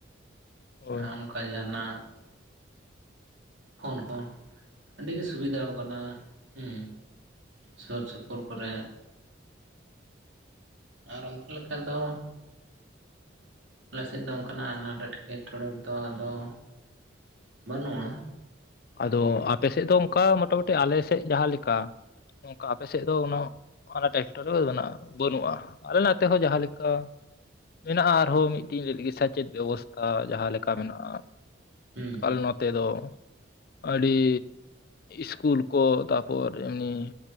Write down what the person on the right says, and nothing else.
ᱟ ᱚᱝᱠᱟ ᱡᱟᱸᱦᱟᱱᱟᱜ ᱯᱷᱳᱱ ᱠᱚ ᱟᱹᱰᱤ ᱜᱮ ᱥᱩᱵᱤᱫᱟᱣ ᱠᱟᱱᱟ ᱦᱩᱸ ᱥᱩᱨ ᱥᱩᱯᱩᱨ ᱠᱚᱨᱮ ᱟᱨ ᱚᱱᱠᱟ ᱞᱮᱠᱟ ᱫᱚ ᱟᱞᱮᱥᱮᱫ ᱫᱚ ᱚᱱᱠᱟᱱᱟᱜ ᱟᱱᱟᱴ ᱮᱴᱠᱮ ᱴᱚᱬᱮ ᱫᱚ ᱟᱫᱚ ᱵᱟᱹᱱᱩᱜᱼᱟ
ᱦᱩᱸ